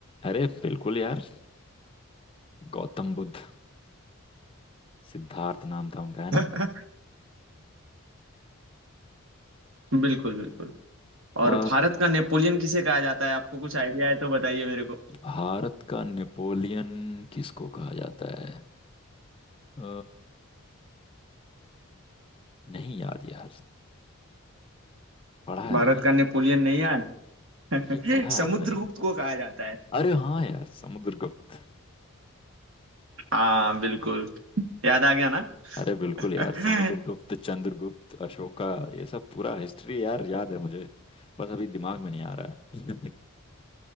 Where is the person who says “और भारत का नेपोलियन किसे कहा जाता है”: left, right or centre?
Right